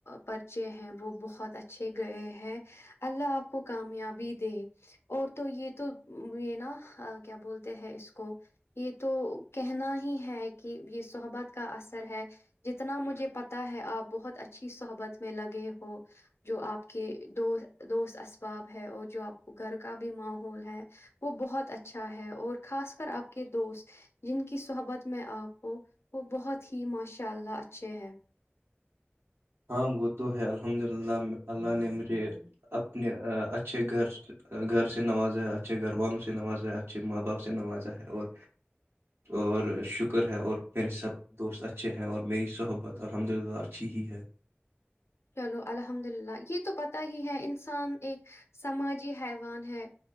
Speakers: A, on the left; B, on the right.
A: پرچے ہیں وہ بہت اچھے گئے ہیں اللہ آپ کو کامیابی دے اور تو یہ تو یہ نہ کیا بولتے ہیں اس کو یہ تو کہنا ہی ہے کہ یہ صحبت کا اثر ہے جتنا مجھے پتا ہے آپ بہت اچھی صحبت میں لگے ہو جو آپ کے دو دوست اسباب ہے اور جو آپ کو گھر کا بھی ماحول ہے وہ بہت اچھا اچھا ہے اور خاص کر آپ کے دوست جن کی صحبت میں آپ ہو وہ بہت ہی ماشاء اللہ اچھے ہے
B: ہاں وہ تو ہے الحمد للہ اللہ نے مجھے اپنے اچھے گھر گھر سے نوازا ہے اچھے گھر والوں سے نوازا ہے اچھے ماں باپ سے نوازا ہے اور اور شکر ہے اور میرے سب دوست اچھے ہیں اور میری صحبت الحمد للہ اچھی ہی ہے
A: چلو الحمد للہ یہ تو پتا ہی ہے انسان ایک سماجی حیوان ہے